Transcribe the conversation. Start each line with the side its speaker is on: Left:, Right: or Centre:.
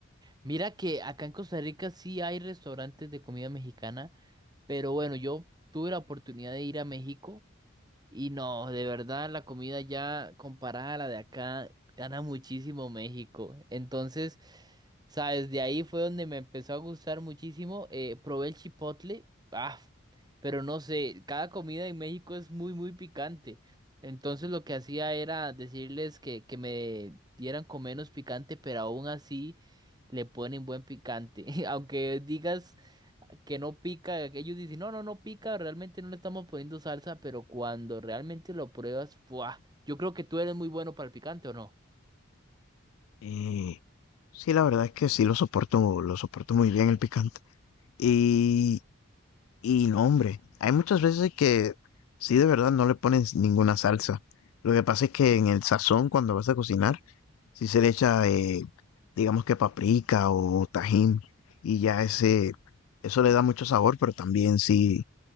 Right: Mira que acá en Costa Rica sí hay restaurantes de comida mexicana, pero bueno, yo tuve la oportunidad de ir a México. Y no, de verdad, la comida ya comparada a la de acá gana muchísimo México. Entonces, sabes, de ahí fue donde me empezó a gustar muchísimo. eh, probé el chipotle, ah, pero no sé, cada comida en México es muy, muy picante. Entonces, lo que hacía era decirles que, que me dieran con menos picante, pero aún así le ponen buen picante. <laughs> Aunque digas que no pica, ellos dicen, no, no, no pica, realmente no le estamos poniendo salsa, pero cuando realmente lo pruebas, ¡buah! Yo creo que tú eres muy bueno para el picante, ¿o no?
Left: Eh, sí, la verdad es que sí lo soporto, lo soporto muy bien el picante. Y, y no, hombre, hay muchas veces que sí de verdad no le pones ninguna salsa. Lo que pasa es que en el sazón, cuando vas a cocinar, Si se le echa, eh, digamos que paprika o tajín, y ya ese, eso le da mucho sabor, pero también sí